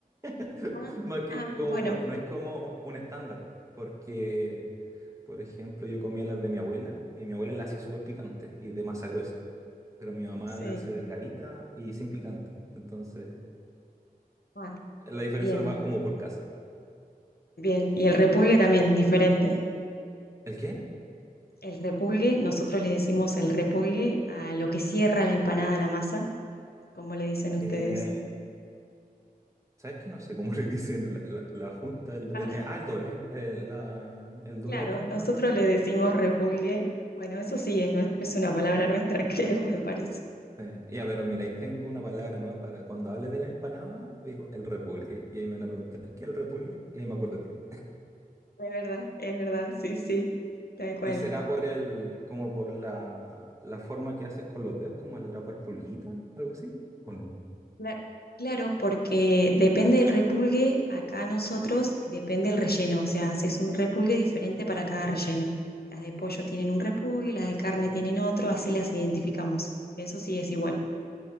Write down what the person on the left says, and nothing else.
Ah,
ah,
bueno.
Sí.
Ah,
bien,
bien. Y el repulgue también, diferente.
El repulgue, nosotros le decimos el repulgue a lo que cierra la empanada, la masa, como le dicen ustedes.
Ah,
<laughs>
claro,
nosotros le decimos repulgue. Bueno, eso sí, es, nue- es una palabra nuestra, <laughs> creo, me parece.
Es verdad, es verdad, sí, sí, tal cual.
Cla- Claro, porque depende del repulgue, acá nosotros depende el relleno, o sea, es un repulgue diferente para cada relleno. Las de pollo tienen un repulgue, las de carne tienen otro, así las identificamos. Eso sí es igual.